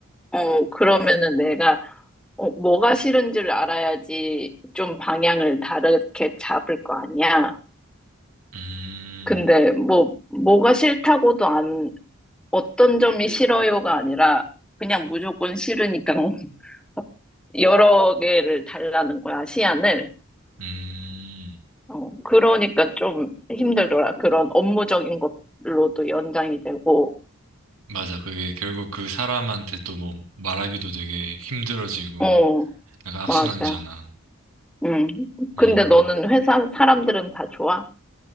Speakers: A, in the centre; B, on the right.
A: 어, 그러면은 내가 어, 뭐가 싫은지를 알아야지 좀 방향을 다르게 잡을 거 아니야.
B: 음.
A: 근데 뭐 뭐가 싫다고도 안 어떤 점이 싫어요가 아니라 그냥 무조건 싫으니까 <laughs> 여러 개를 달라는 거야, 시안을.
B: 음,
A: 어, 그러니까 좀 힘들더라. 그런 업무적인 것로도 연장이 되고,
B: 맞아. 그게 결국 그 사람한테 또 뭐 말하기도 되게 힘들어지고
A: 어,
B: 약간 악순환이잖아.
A: 맞아. 음.
B: 음.
A: 근데 너는 회사 사람들은 다 좋아?